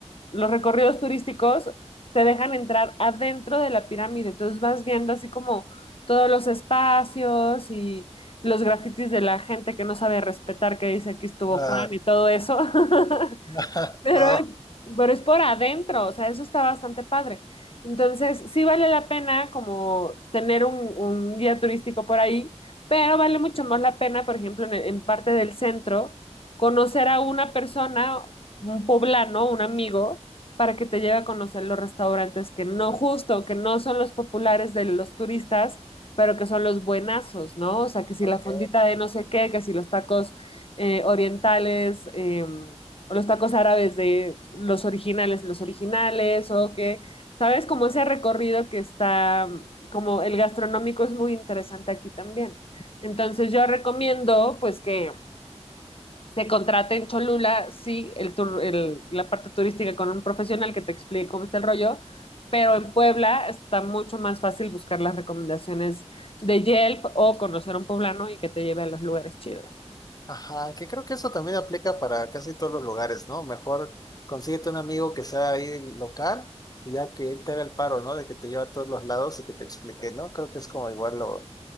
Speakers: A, on the left; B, on the left.
A: los recorridos turísticos te dejan entrar adentro de la pirámide, entonces vas viendo así como todos los espacios y los grafitis de la gente que no sabe respetar, que dice aquí estuvo
B: Ah,
A: Juan y todo eso. <laughs>
B: <laughs>
A: Pero
B: ah,
A: es, pero es por adentro, o sea, eso está bastante padre. Entonces, sí vale la pena como tener un, un guía turístico por ahí, pero vale mucho más la pena, por ejemplo, en, en parte del centro, conocer a una persona, un poblano, un amigo, para que te lleve a conocer los restaurantes que no, justo, que no son los populares de los turistas, pero que son los buenazos, ¿no? O sea, que si
B: ok.
A: la fondita de no sé qué, que si los tacos eh, orientales. em, o los tacos árabes de los originales, los originales, o que, ¿sabes? Como ese recorrido que está, como el gastronómico es muy interesante aquí también. Entonces yo recomiendo, pues, que se contrate en Cholula, sí, el tour- el- la parte turística con un profesional que te explique cómo está el rollo, pero en Puebla está mucho más fácil buscar las recomendaciones de Yelp o conocer a un poblano y que te lleve a los lugares chidos.
B: Ajá, que creo que eso también aplica para casi todos los lugares, ¿no? Mejor consíguete un amigo que sea ahí local y ya que él te haga el paro, ¿no? De que te lleva a todos los lados y que te explique, ¿no? Creo que es como igual lo,